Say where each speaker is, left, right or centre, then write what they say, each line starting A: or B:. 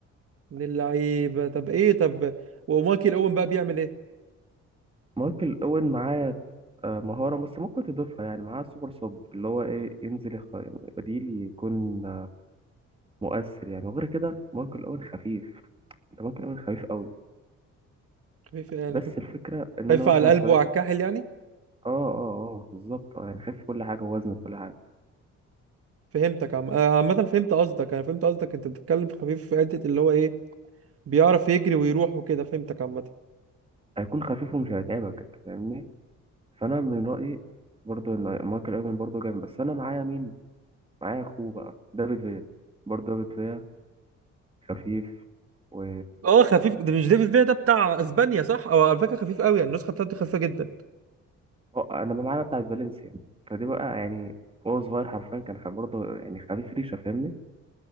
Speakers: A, on the right; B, on the right.
A: من اللعيبه طب ايه طب ومايكل اوين بقى بيعمل ايه
B: مايكل اوين معاه آه، مهارة بس ممكن تضيفها يعني معاه سوبر سب اللي هو ايه ينزل يخ... بديل يكون مؤثر يعني وغير كده ماركو الاول خفيف انت ممكن الاول خفيف قوي
A: خفيف يعني
B: بس
A: خفيف
B: الفكره ان
A: خفيف
B: انا مثلا
A: على القلب
B: في فريق
A: وعلى الكاحل يعني
B: اه اه اه بالظبط اه يعني خفيف في كل حاجه ووزن في كل حاجه
A: فهمتك عم آه، عامه فهمت قصدك انا فهمت قصدك انت بتتكلم في خفيف في حته اللي هو ايه بيعرف يجري ويروح وكده فهمتك عامه
B: هيكون خفيف ومش هيتعبك انت فاهمني فانا من رايي برضو ان مايكل اوين برضو جامد بس انا معايا مين معايا اخوه بقى دافيد فيا برضو دافيد فيا خفيف و
A: اه خفيف ده مش ديفيد فيا ده بتاع اسبانيا صح او على فكره خفيف قوي يعني النسخه بتاعته خفيفه جدا
B: اه انا معايا بتاع فالنسيا فدي بقى يعني هو صغير حرفيا كان خ- برضه يعني خفيف ريشه فاهمني